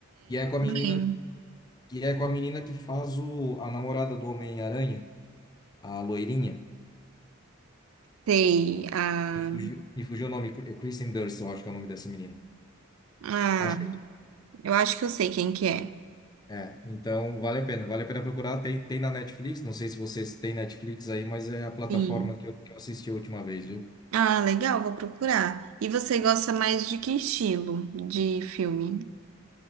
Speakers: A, on the left; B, on the right.
A: E é com a menina,
B: Bem,
A: e é com a menina que faz o, a namorada do Homem-Aranha, a loirinha.
B: sei. Ah,
A: Me fugiu, me fugiu o nome, Cr- Kristen Dunst, eu acho que é o nome dessa menina.
B: ah,
A: Acho que é.
B: eu acho que eu sei quem que é.
A: É, então vale a pena, vale a pena procurar. Tem, tem na Netflix, não sei se vocês têm Netflix aí, mas é a plataforma
B: Sim.
A: que eu, que eu assisti a última vez, viu?
B: Ah, legal, vou procurar. E você gosta mais de que estilo de filme